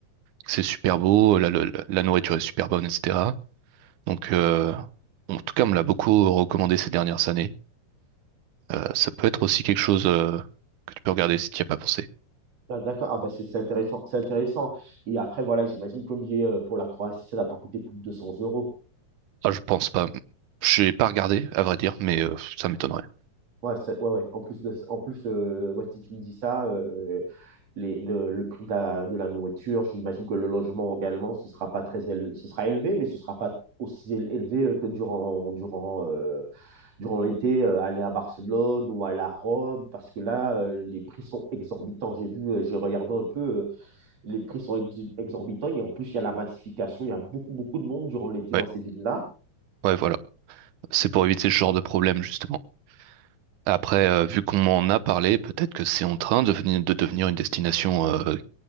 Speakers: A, on the right; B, on the right.
A: C'est super beau, la, la- la nourriture est super bonne, etc. Donc euh, en tout cas, on me l'a beaucoup recommandé ces dernières années. Euh, ça peut être aussi quelque chose euh, que tu peux regarder si tu n'y as pas pensé.
B: Ah, d'accord. Ah, ben, c'est c'est intéressant. C'est intéressant. Et après, voilà, j'imagine que le billet euh, pour la Croatie, ça n'a pas coûté plus de 200 euros.
A: Ah, je pense pas. J'ai pas regardé, à vrai dire, mais euh, ça m'étonnerait.
B: Ouais, c'est- ouais, ouais. En plus, de, en plus euh, ouais, si tu me dis ça, euh, les, le, le prix de la, de la nourriture, j'imagine que le logement également, ce sera pas très élevé, ce sera élevé, mais ce sera pas aussi élevé euh, que durant, durant, euh, durant l'été, euh, aller à Barcelone ou aller à Rome, parce que là, euh, les prix sont exorbitants. J'ai vu, euh, j'ai regardé un peu, euh, les prix sont ex- exorbitants et en plus, il y a la massification, il y a beaucoup, beaucoup de monde durant l'été
A: Ouais,
B: dans ces villes-là.
A: ouais, voilà. C'est pour éviter ce genre de problème, justement. Après, euh, vu qu'on m'en a parlé, peut-être que c'est en train de venir- de devenir une destination euh,